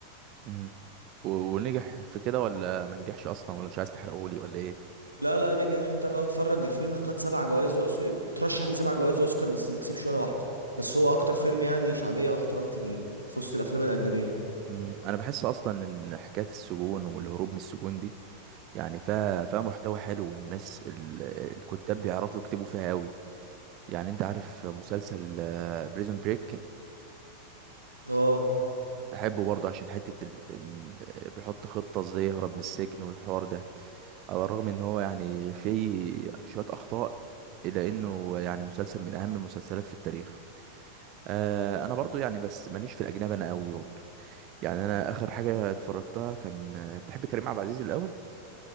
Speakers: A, on the right; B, on the right.
A: مم. و- ونجح في كده ولا ما نجحش اصلا ولا مش عايز تحرقهولي ولا ايه
B: لا لا نجح انت بقى اتفرج ده الفيلم خد سبع جوائز أوس... ترشح لسبع جوائز اوسكار بس ما كسبش ولا واحده بس هو اكتر فيلم يعني شعبيه واحترام في ال... في وسط الافلام الاجنبيه
A: مم. انا بحس اصلا ان حكاية السجون والهروب من السجون دي يعني فيها فيها محتوى حلو والناس ال- الكتاب بيعرفوا يكتبوا فيها قوي يعني انت عارف مسلسل بريزون بريك
B: اه
A: بحبه برضه عشان حتة ال... إن- آه، بيحط خطة ازاي يهرب من السجن والحوار ده على الرغم ان هو يعني فيه شوية اخطاء الا انه يعني مسلسل من اهم المسلسلات في التاريخ آه انا برضو يعني بس ماليش في الاجنبي انا قوي برضو يعني انا اخر حاجة اتفرجتها كان بتحب كريم عبد العزيز الاول